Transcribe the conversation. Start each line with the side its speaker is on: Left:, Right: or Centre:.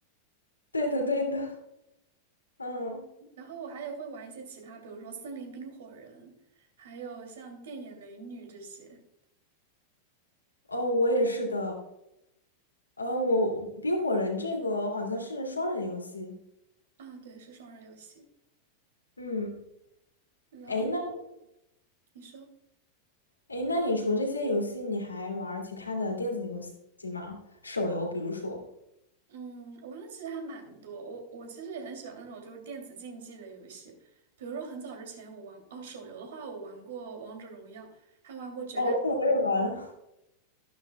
Left: 对的，对的，嗯。
Right: 然后我还也会玩一些其他，比如说森林冰火人，还有像电眼美女这些
Left: 哦，我也是的。呃，我冰火人这个好像是双人游戏。
Right: 啊，对，是双人游戏。
Left: 嗯，
Right: 然后
Left: 诶，那
Right: 你说，
Left: 诶，那你除了这些游戏，你还玩儿其他的电子游戏吗？手游，比如说。
Right: 嗯，我玩的其实还蛮多，我我其实也很喜欢那种就是电子竞技的游戏，比如说很早之前我玩，哦，手游的话我玩过王者荣耀，还玩过决战，
Left: 哦，我也玩。<laughs>